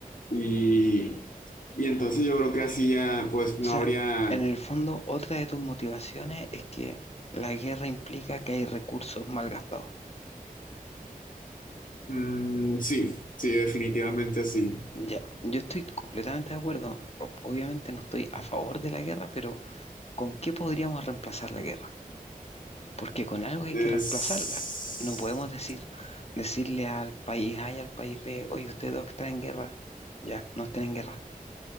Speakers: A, on the left; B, on the left.
A: y, y entonces yo creo que así ya pues
B: O
A: no
B: sea,
A: habría,
B: en el fondo, otra de tus motivaciones es que la guerra implica que hay recursos mal gastados.
A: mm, sí, sí, definitivamente sí.
B: Ya, yo estoy completamente de acuerdo. O- Obviamente no estoy a favor de la guerra, pero ¿con qué podríamos reemplazar la guerra? Porque con algo hay
A: Es,
B: que reemplazarla. No podemos decir, decirle al país A y al país B, oye, ustedes dos que están en guerra, ya, no estén en guerra,